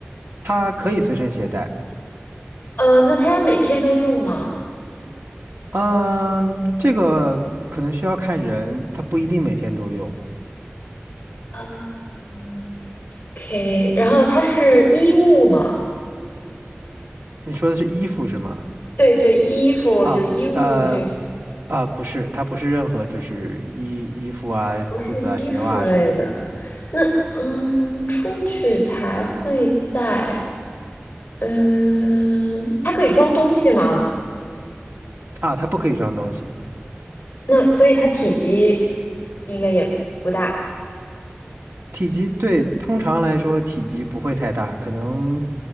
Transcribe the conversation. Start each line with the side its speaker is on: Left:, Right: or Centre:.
Right: 它可以随身携带。
Left: 嗯，那它每天都用吗？
Right: 嗯，这个可能需要看人，他不一定每天都用。
Left: 嗯 o k 然后它是衣物吗？
Right: 你说的是衣服是吗？
Left: 对对，衣服就衣物，
Right: 啊，呃，
Left: 这是
Right: 啊，不是，它不是任何就是衣衣服啊、
Left: 不是衣服类的？
Right: 裤子啊、鞋袜啊什么的。嗯，
Left: 嗯，出去才会带。嗯，它可以装东西吗？
Right: 啊，它不可以装东西。
Left: 那所以它体积应该也不大。
Right: 体积对，通常来说体积不会太大，可能